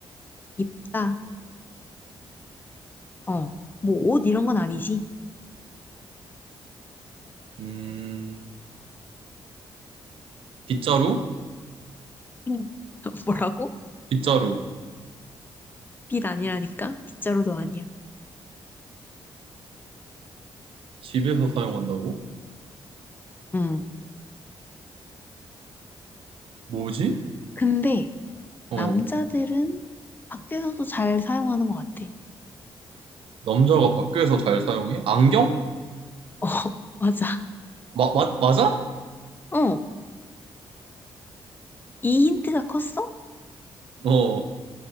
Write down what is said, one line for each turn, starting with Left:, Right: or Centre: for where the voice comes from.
Left: 입다. 어. 뭐 옷 이런 건 아니지?
Right: 음, 빗자루?
Left: 응. <laughs> 뭐라고?
Right: 빗자루.
Left: 빛 아니라니까? 빗자루도 아니야.
Right: 집에서 사용한다고?
Left: 응.
Right: 뭐지?
Left: 근데
Right: 어,
Left: 남자들은 밖에서도 잘 사용하는 것 같아.
Right: 남자가 밖에서 잘 사용해? 안경?
Left: <laughs> 어, 맞아.
Right: 마, 마, 맞아?
Left: 어, 이 힌트가 컸어?
Right: 어,